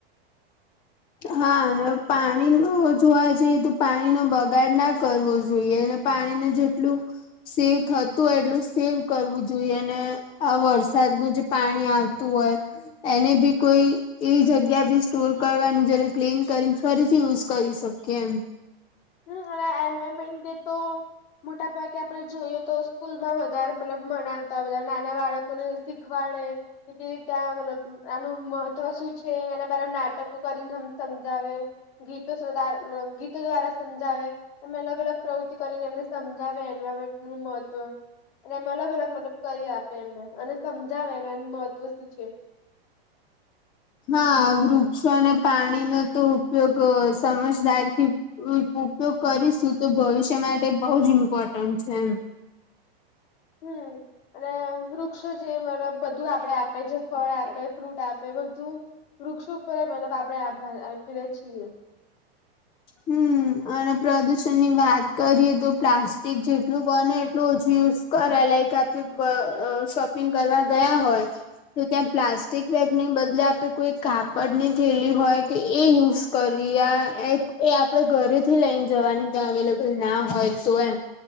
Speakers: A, on the left; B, on the left.
A: હા અને પાણી નું જોવા જઈએ તો પાણી નો બગાડ ના કરવો જોઈએ. પાણીને જેટલું સેવ થતું હોય એટલું સેવ કરવું જોઈએ અને આ વરસાદનું જે પાણી આવતું હોય. એને બી કોઈ એવી જગ્યા બી સ્ટોર કરવાનું. જેને ક્લીન કરીને ફરીથી યુઝ કરી શકીએ એમ.
B: હમ્મ અને એન્વાયરમેન્ટ ને તો. મોટા ભાગે આપરે જોઈએ તો સ્કૂલમાં વધારે મતલબ મનાવતા હોય નાના બાળકોને શીખવાડે. તી તા મતલબ આનું મહત્વ શું છે એના બરાબ નાટક કરીને સમજાવે ગીતો ગીતો દ્વારા સમજાવે એમ અલગ અલગ પ્રવૃતિ કરીને એમને સમજાવે એન્વાયરમેન્ટ નું મહત્વ. અને એમ અલગ અલગ મતલબ કરી આપે એમને અને સમજાવે એ એનું મહત્વ શું છે.
A: હા વૃક્ષો અને પાણીનો તો ઉપયોગ સમજદારીથી ઉપયોગ કરીશું તો ભવિષ્ય માટે બહુ જ ઇમ્પોર્ટન્ટ છે એમ.
B: હમ્મ. અને વૃક્ષો જે મતલબ બધું આપડે આપે જે ફળ આપે, ફ્રૂટ આપે બધું. વૃક્ષો પર જ મતલબ આપણે આભાર આપીએ છીએ.
A: હમ, અને પ્રદુષણની વાત કરીએે તો પ્લાસ્ટિક જેટલું બને એટલું ઓછું યુઝ કરે લાઈક આપે શોપિંગ કરવા ગયા હોય. તો ત્યાં પ્લાસ્ટિક બેગની બદલે આપે કોઈ કાપડની થેલી હોય કે એ યુઝ કરિયા એક એ આપડે ઘરેથી લઈને જવાની ત્યા અવેલેબલ ના હોય તો એમ.